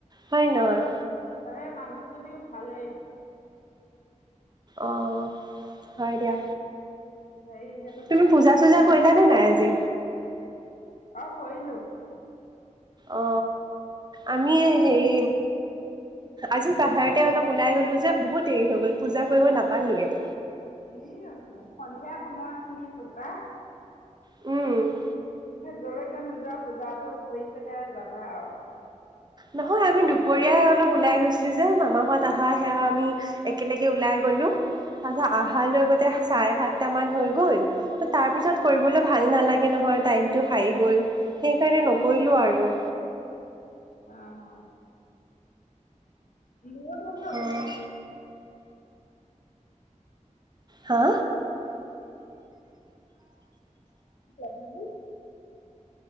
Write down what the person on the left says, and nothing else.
অ সেই মানুহজনীওাল ভালে
হেৰি সেইটো
কাৰণে
মোৰ
মানে
অ কৰিলো
এই আ সন্ধিয়া সময় শন পূজা
জলেকে নোযোৱা পূজাটো কৰি পেলাই যাবা আৰু
অ হয় ন বে
<inaudible> উম